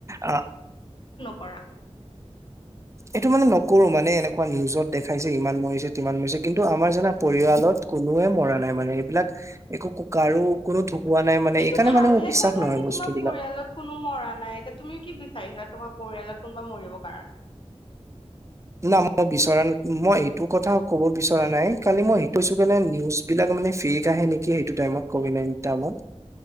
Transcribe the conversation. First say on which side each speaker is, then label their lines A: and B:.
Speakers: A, on the right; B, on the left.
A: আহ
B: কৰা
A: এইটো মানে নকৰো মানে এনেকোৱা নিউজত দেখাইছে ইমান মৰিছে তিমান মৰিছে কিন্তু আমাৰ জানা পৰিয়ালত কোনোৱে মৰা নাই মানে এইবিলাক একো কাৰো কোনো ঢুকোৱা নাই মানে
B: সেইটো
A: এইকাৰণে
B: ভাল
A: মানে মোৰ
B: হে
A: বিশ্বাস
B: কথা
A: নহয়
B: কি
A: বস্তুবিলাক
B: তোমাৰ পৰিয়ালত কোনো মৰা নাই এতিয়া তুমি কি কি বিচাৰিছ তোমাৰ পৰিয়ালত কোনোবা মৰিব কাৰণে
A: না মই বিচৰা ন মই এইটো কথা ক'ব বিচৰা নাই কালি মই সেইটো কৈছো কেনে নিউজ বিলাক মানে ফ্ৰীত আহে নেকি সেইটো টাইমত কভিড নাইটিন টাইমত